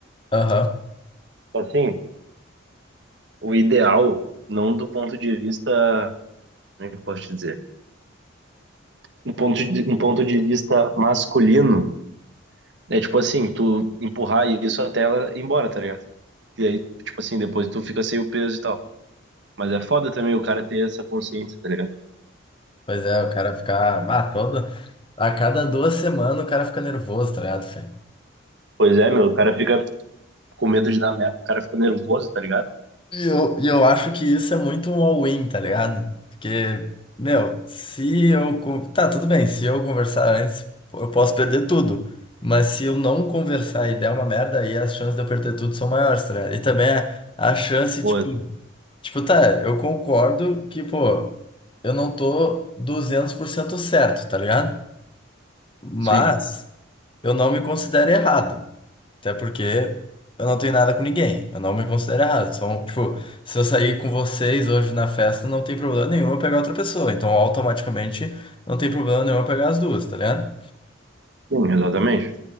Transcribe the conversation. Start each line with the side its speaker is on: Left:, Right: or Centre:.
Left: Aham.
Right: Tipo Assim, o ideal, não do ponto de vista, como é que eu posso te dizer? Um ponto de, um ponto de vista masculino, é tipo assim, tu empurrar isso até ela ir embora, tá ligado? E aí, tipo assim, depois tu fica sem o peso e tal. Mas é foda também o cara ter essa consciência, tá ligado?
Left: Pois é, o cara ficar. Ah, toda. A cada duas semanas o cara fica nervoso, tá ligado, Fê?
Right: Pois é, meu, o cara fica com medo de dar merda, o cara fica nervoso, tá ligado?
Left: E eu, e eu acho que isso é muito um all-in, tá ligado? Porque, meu, se eu. con- Tá, tudo bem, se eu conversar antes, eu posso perder tudo. Mas se eu não conversar e der uma merda, aí as chances de eu perder tudo são maiores, tá ligado? E também é a chance,
Right: Pô,
Left: tipo. Tipo, tá, eu concordo que, pô, eu não tô 200% certo, tá ligado? Mas
Right: sim,
Left: eu não me considero errado. Até porque eu não tenho nada com ninguém. Eu não me considero errado. São, tipo, se eu sair com vocês hoje na festa, não tem problema nenhum eu pegar outra pessoa. Então, automaticamente, não tem problema nenhum eu pegar as duas, tá ligado?
Right: sim, exatamente.